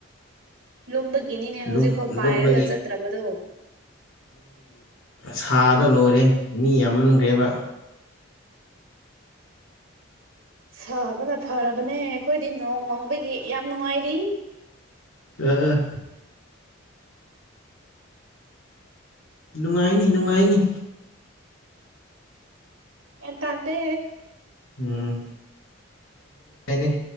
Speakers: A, on the right; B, on the left.
A: ꯂꯨꯝꯕꯒꯤꯅꯤꯅꯦ ꯍꯧꯖꯤꯛꯐꯥꯎ
B: ꯂꯨꯝ
A: ꯄꯥꯏꯔꯒ
B: ꯂꯨꯝꯕꯒꯤ
A: ꯆꯠꯇ꯭ꯔꯥꯕꯗꯣ
B: ꯁꯥꯗ ꯂꯣꯏꯔꯦ ꯃꯤ ꯌꯥꯝꯃꯟꯒ꯭ꯔꯦꯕ
A: ꯁꯥꯕꯅ ꯐꯥꯔꯕꯅꯦ ꯑꯩꯈꯣꯏꯗꯤ ꯅꯣꯡꯃꯪꯕꯒꯤ ꯌꯥꯝ ꯅꯨꯡꯉꯥꯏꯔꯤ
B: ꯑꯦꯑꯥ ꯅꯨꯡꯉꯥꯏꯅꯤ ꯅꯨꯡꯉꯥꯏꯅꯤ
A: ꯑꯦꯟꯇꯥꯇꯦ
B: ꯎꯝ <unintelligible>